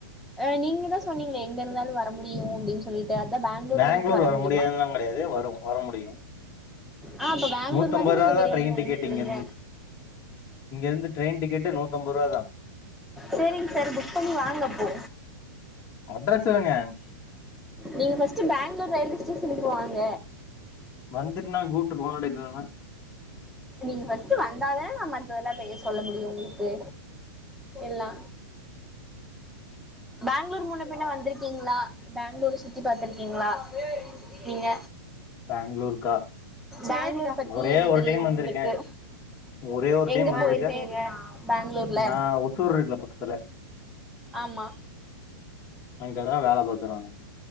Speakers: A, in the centre; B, on the left.
A: ஆஹ் நீங்க தா சொன்னீங்க எங்க இருந்தாலு வர முடியு அப்டின்னு சொல்லிட்டு அதா பேங்ளூர்
B: பெங்களூர்
A: வரைக்கு
B: வர
A: முடியுமா
B: முடியாதுனுல்லா கிடையாது வரும் வர முடியு
A: ஆஹ் அப்ப பெங்களூர்
B: நூத்தம்பது
A: மந்து
B: ரூவா
A: நீங்க
B: தா
A: பிரியாணி
B: ட்ரெயின்
A: வாங்கங்கடுங்க
B: டிக்கெட் இங்க இருந்து இங்க இருந்து ட்ரெயின் டிக்கெட்டு நூத்தம்பது ரூவா தா
A: செரிங் சார் புக் பண்ணி வாங்கப்போ
B: அட்ரஸ் தங்க
A: நீங்க ர்ஸ்ட் பெங்களூர் ரயில்வே ஸ்டேஷனுக்கு வாங்க
B: வந்துருனாங்க கூட்டுரு ஓன் எடுக்கலனா
A: நீங்க பஸ்ட் வந்தானே நம் மத்தவல்லா செய சொல்ல முடியு உங்களுக்கு எல்லா பேங்களூர் முன்ன பின்ன வந்திருக்கீங்களா பெங்களூர் சுத்தி பாத்துருக்கீங்களா நீங்க
B: பெங்களூருக்கா
A: பேங்ளூர் பத்தி
B: ஒரே
A: என்ன
B: ஒரு
A: தெரியு
B: ட்டைம்
A: உங்களுக்கு
B: வந்திருக்கே ஒரே ஒரு
A: எங்க
B: டைம் வந்திருக்கே
A: போயிருக்கீங்க பெங்களூர்ல
B: நா ஒத்தூர் இருக்கல பக்கத்துல
A: ஆமா
B: ங்க தா வேல பாத்தனானு